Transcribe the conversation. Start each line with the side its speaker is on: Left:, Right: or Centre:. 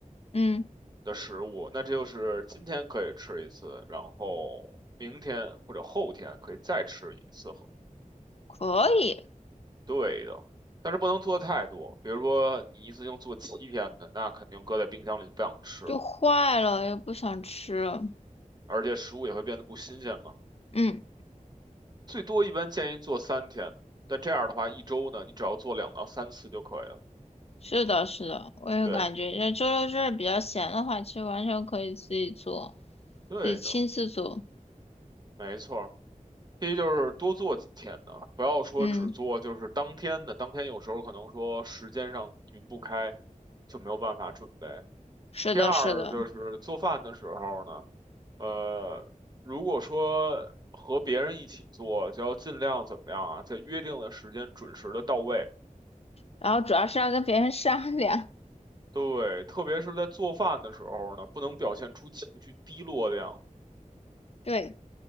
Left: 嗯，
Right: 的食物，那这就是今天可以吃一次，然后明天或者后天可以再吃一次和
Left: 可以，
Right: 对的，但是不能做太多，比如说你一次性做七天的，那肯定搁在冰箱里就不想吃了。
Left: 就坏了又不想吃。
Right: 而且食物也会变得不新鲜嘛。
Left: 嗯，
Right: 最多一般建议做三天，但这样的话一周呢，你只要做两到三次就可以了。
Left: 是的，是的，我也感觉，
Right: 对，
Left: 这周六日比较闲的话，其实完全可以自己做，
Right: 对的，
Left: 自己亲自做。
Right: 没错第一就是多做几天的，不要说只做就是当天的，
Left: 嗯，
Right: 当天有时候可能说时间上匀不开，就没有办法准备。
Left: 是的，
Right: 第二就是做饭的时候呢，
Left: 是的。
Right: 呃，如果说和别人一起做，就要尽量怎么样啊，在约定的时间准时的到位。
Left: 然后主要是要跟别人商量，
Right: 对，特别是在做饭的时候呢，不能表现出情绪低落的样子，
Left: 对，